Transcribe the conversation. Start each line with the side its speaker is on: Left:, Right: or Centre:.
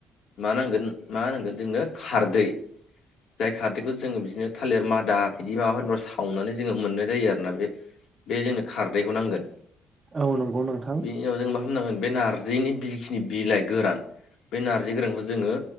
Left: मा नांगोन मा नांगोन जोंनो खारदै। जाय खारदैखौ जोङो बिदिनो थालिर मादा बिदि माबाफोरफोरखौ सावनानै जोङो मोननाय जायो आरोना बे। बे जोंनो खारदैखौ नांगोन
Right: औ नंगौ नोंथां
Left: बेनि उनाव जों मा। खालामनांगोन बे नारजिनि जिखिनि बिलाइ गोरान बे नारजि गोरानखौ जोङो।